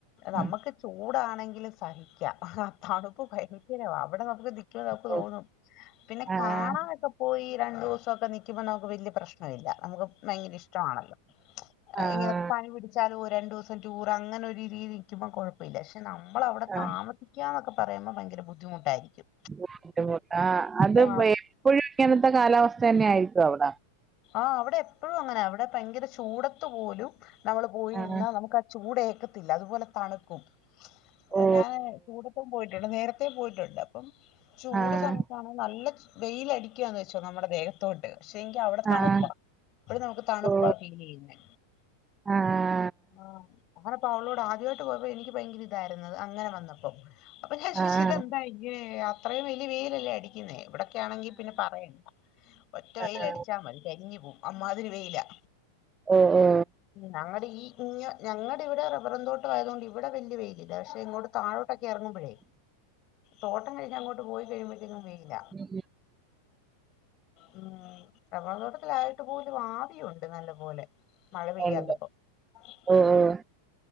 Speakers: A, on the left; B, on the right.
A: നമ്മുക്ക്
B: ഉം
A: ചൂടാണെങ്കില് സഹിക്ക അഹ തണുപ്പ് ഭയങ്കരാവാ അവടെ നമുക്ക് നിക്കാൻ നമുക്ക്
B: ഓ
A: തോന്നും പിന്നെ
B: ആഹ്
A: കാണാനൊക്കെ പോയി രണ്ടൂസൊക്കെ നിക്കുമ്പോ നമുക്ക് വല്ല്യ പ്രശ്നം ഇല്ല നമുക്ക് ഭയങ്കര ഇഷ്ടം ആണല്ലോ
B: ആഹ്
A: ഇങ്ങനെ പനി പിടിച്ചാലും ഒരു രണ്ടൂസം ടൂറ് അങ്ങനെ ഒരു രീതി ഇരിക്കുമ്പോ കൊഴ പ്പല്ല്യ പക്ഷെ നമ്മളവിടെ
B: ആഹ്
A: താമസിക്കന്നൊക്കെ പറയുമ്പോ ഭയങ്കര ബുദ്ധിമുട്ടായിരിക്കും
B: ബുദ്ധിമുട്ട് ആഹ് അത്
A: ആ
B: എപ്പഴും ഇങ്ങനത്തെ കാലാവസ്ഥന്നെ ആയിരിക്കോ അവടെ
A: ആഹ് അവടെ എപ്പഴും അങ്ങനാ അവടെ ഭയങ്കര ചൂടത്ത് പോലും നമ്മള് പോയി
B: ആഹ്
A: നിന്നാ നമുക്കാ ചൂടേക്കത്തില്ല അതുപോലെ തണുക്കും എഹ്
B: ഓ
A: ഞാന് ചൂടത്തും പോയിട്ടുണ്ട് നേര ത്തെ പോയിട്ടുണ്ട് അപ്പം ചൂട്
B: ആഹ്
A: സമയത്താണ് നല്ല വെയിലടിക്കുവാന്ന് വെച്ചോ നമ്മുടെ ദേഹ ത്തോട്ട് പക്ഷെങ്കി അവടെ തണുപ്പാ
B: ആഹ്
A: ഇപ്പഴും നമുക്ക് തണുപ്പാ
B: ഓ
A: ഫീലിയ്യുന്നേ
B: ആഹ്
A: ആഹ് അങ്ങനപ്പോ അവളോട് ആദ്യായിട്ട് പോയപ്പോ എനിക്ക് ഭയങ്കര ഇതായിരുന്നത് അങ്ങനെ വന്നപ്പോ അപ്പൊ ഞാൻ ചോയ്ച്ചു
B: ആഹ്
A: ഇതെന്താ ഇങ്ങനെ അത്രയും വല്ല്യ വെയിലല്ലേ അടിക്കുന്നേ ഇവടെ ക്ക്യാണെങ്കിൽ പിന്നെ പറയണ്ട ഒറ്റ വെയില്
B: ആഹ്
A: അടിച്ചാ മതി കരിഞ്ഞ് പോവും അമ്മാതിരി വെയിലാ
B: ഓ ഓ
A: ഉം ഞങ്ങടെ ഈ ഇഞ ഞങ്ങടെ ഇവിടെ റബ്ബറും തോട്ടം ആയത് കൊണ്ട് ഇവിടെ വല്യ വെയിലില്ല പക്ഷെ ഇങ്ങോട്ട് താഴോട്ടൊക്കെ എറങ്ങുമ്പോഴേ തോട്ടം കഴിഞ്ഞ് അങ്ങോട്ട് പോയി കഴിയുമ്പഴത്തേക്കും വെയില
B: ഉം
A: ഉം റെബ്ബറുംത്തോട്ടത്തിലായിട്ട് പോലും ആവിയുണ്ട് നല്ലപോലെ മഴ പെയ്യാത്തപ്പോ
B: ഉണ്ട് ഓ
A: ഉം
B: ഓഹ്